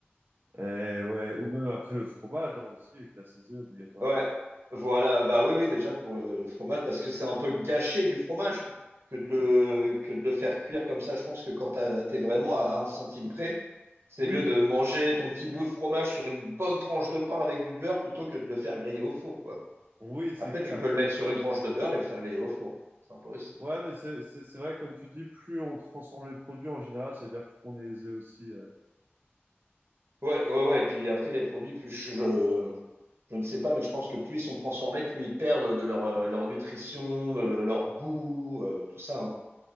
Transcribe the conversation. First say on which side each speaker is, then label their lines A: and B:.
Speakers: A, on the right; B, on the right.
A: Et ouais, ou même après le fromage hein, aussi, avec la saisie obligatoirement.
B: Ouais, voilà, bah oui, oui, déjà pour le, le fromage, parce que c'est un peu gâché du fromage que de le, que de le faire cuire comme ça. Je pense que quand t'as- t'es vraiment à un centime près, c'est
A: Oui,
B: mieux de manger ton petit bout de fromage sur une bonne tranche de pain avec du beurre plutôt que de le faire griller au four, quoi.
A: oui, c'est
B: Après,
A: clair,
B: tu peux
A: dit
B: le mettre
A: comme
B: sur
A: ça.
B: une tranche
A: hein, c'est
B: de beurre
A: clair.
B: et le faire griller au four. C'est Sympa aussi.
A: Ouais, mais c'est c'est- c'est vrai, comme tu dis, plus on transforme les produits en général, ça veut dire plus qu'on est aisé aussi. euh.
B: Ouais, ouais, ouais. Et puis après, les produits, plus je, je, je ne sais pas, mais je pense que plus ils sont transformés, plus ils perdent de leur, euh, leur nutrition, de leur goût, euh, tout ça, hein.